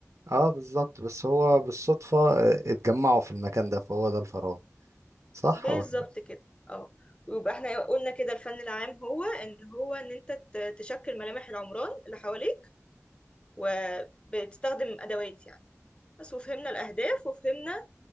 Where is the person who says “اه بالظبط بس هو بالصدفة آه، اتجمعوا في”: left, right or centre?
Right